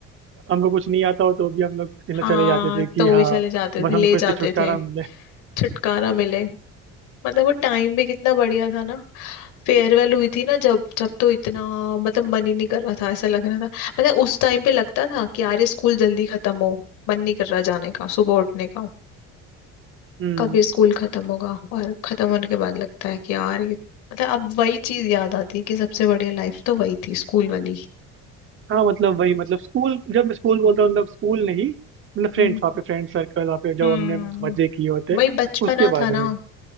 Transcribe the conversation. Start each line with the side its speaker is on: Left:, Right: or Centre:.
Right: हमको कुछ नहीं आता हो तो भी हम लोग चले
Left: हाँ
Right: चले जाते थे कि
Left: तो भी
Right: हाँ
Left: चले जाते
Right: बस
Left: थे ले
Right: हमको
Left: जाते
Right: इससे छुटकारा
Left: थे
Right: मिले
Left: छुटकारा मिले मतलब वो टाइम भी कितना बढ़िया था ना फेयरवेल हुई थी ना जब जब तो इतना मतलब मन ही नहीं कर रहा था ऐसा लग रहा था मतलब उस टाइम पे लगता था कि यार ये स्कूल जल्दी खत्म हो मन नहीं कर रहा जाने का सुबह उठने का
Right: हम्म
Left: कब ये स्कूल खत्म होगा और खत्म होने के बाद लगता है कि यार ये मतलब अब वही चीज याद आती है कि सबसे बढ़िया लाइफ तो वही थी स्कूल वाली
Right: हाँ मतलब वही मतलब स्कूल जब स्कूल बोलता हूँ मतलब स्कूल नहीं मतलब फ्रेंड्स
Left: हम्म
Right: वहाँ पे फ्रेंड सर्कल वहाँ पे जो
Left: हम्म
Right: हमने मजे किए होते
Left: वही बचपना
Right: उसके बारे
Left: था ना
Right: में